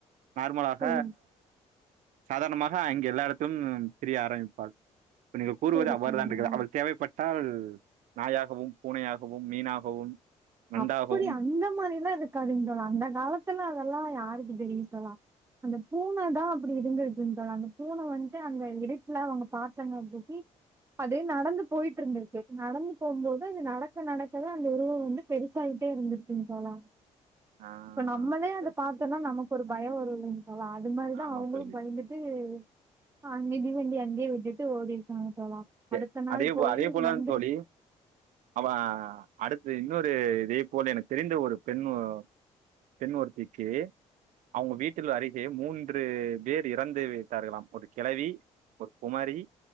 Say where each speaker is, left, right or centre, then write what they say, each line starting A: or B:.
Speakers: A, on the right; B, on the right.
A: நார்மலாக
B: செரி
A: சாதாரணமாக அங்க எல்லா இடத்தும் பிரிய ஆரம்பிப்பாள் இப்ப நீங்க கூறுவது
B: செரி
A: அவ்வாறு
B: சொல்லுங்க
A: தான் இருக்கு அவள் தேவைப்பட்ட சால் நாயாகவும் பூனையாகவும் மீனாகவும் நண்டாகவும்
B: அப்படி அந்த மாரிலா இருக்காதுங்க தோழா அந்த காலத்துல அதெல்லா யாருக்கு தெரியு தோழா அந்த பூன தா அப்படி இருந்திருக்கு தோழா அந்த பூன வந்து அந்த இருட்ல அவங்க பாத்தனாயகி அது நடந்து போயிட்டு இருந்திச்சு நடந்து போகும்போது அது நடக்க நடக்கதா அந்த உருவோ வந்து பெருசாகிட்டே இருந்திருக்குங்க தோழா
A: ஆ
B: இப்ப நம்மளே
A: சரி.
B: அத பாத்தோம்ன்னா நமக்கு ஒரு பயம் வரு இல்லைங்களா அது மாரிதா
A: ஆமா
B: அவங்களு
A: தோழி.
B: பயந்துட் இது அங் மிதிவண்டி அங்கேயே விட்டுட்டு ஓடிருக்காங்க தோழா
A: ப்
B: அடுத்த நாள்
A: அதே போ
B: போய்
A: அதே போல
B: மந்திரிச்சிங்க
A: தோழி அவ அடுத்து இன்னொரு இதே போல எனக்கு தெரிந்த ஒரு பெண் ஒ பெண் ஒருத்திக்கு அவங்க வீட்டில் அருகே மூன்று பேர் இறந்து விட்டார்கலாம் ஒரு கிளவி ஒரு குமரி